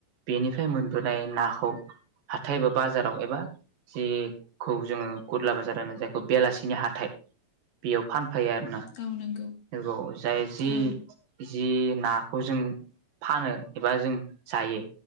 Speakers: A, on the right; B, on the left.
A: बेनिफ्राय मोनबोनाय नाखौ हाथायबा बाजाराव एबा जि खौ जोङो गुरला बाजार होनानो जायखौ बेलासिनि हाथाय बेयाव फान फोयो आरोना
B: औ नंगौ
A: बाव जाय जि
B: औ
A: जि नाखौ जों फानो एबा जों जायो